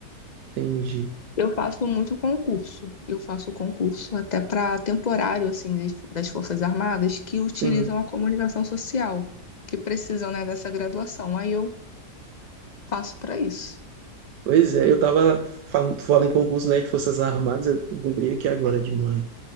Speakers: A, on the right; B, on the left.
A: entendi.
B: Eu faço muito concurso. Eu faço concurso até para temporário assim das das Forças Armadas que utilizam
A: Sim.
B: a comunicação social, que precisam, né, dessa graduação. Aí eu Passo para isso.
A: Pois é, eu tava falando, falando em concurso, né, de Forças Armadas, eu lembrei aqui agora de uma